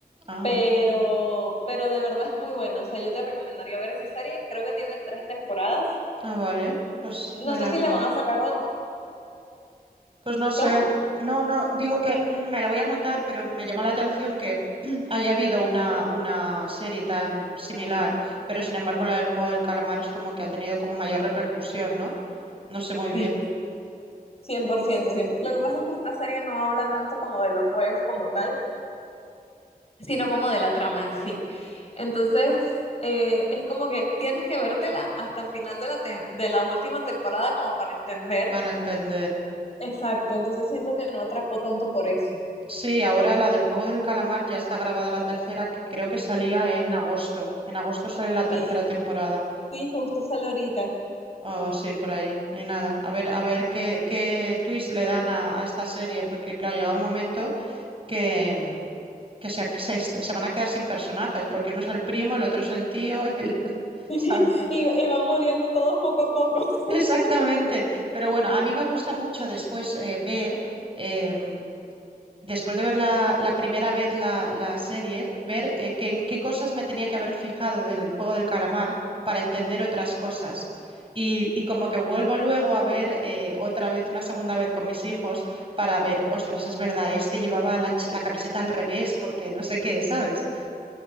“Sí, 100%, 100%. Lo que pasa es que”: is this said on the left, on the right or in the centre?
Left